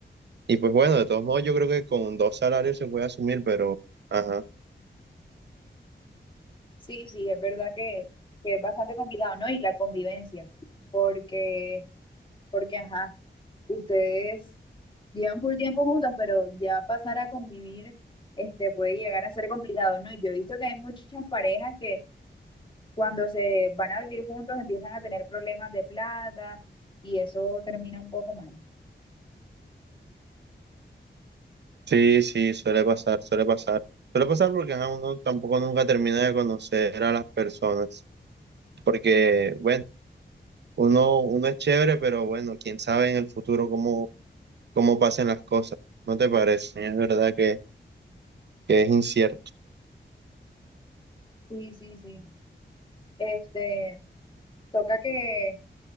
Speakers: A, on the right; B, on the left.
A: Y pues bueno, de todos modos, yo creo que con dos salarios se puede asumir, pero ajá.
B: Sí, sí, es verdad que, que es bastante complicado, ¿no? Y la convivencia, porque, porque, ajá, ustedes llevan full tiempo juntos, pero ya pasar a convivir, este, puede llegar a ser complicado, ¿no? Y yo he visto que hay muchas parejas que cuando se van a vivir juntos empiezan a tener problemas de plata y eso termina un poco mal.
A: Sí, sí, suele pasar, suele pasar. Suele pasar porque ajá, uno tampoco nunca termina de conocer a las personas. Porque, bueno, uno, uno es chévere, pero bueno, quién sabe en el futuro cómo, cómo pasen las cosas. ¿No te parece? Es verdad que, que es incierto.
B: Sí, sí, sí. Este, toca que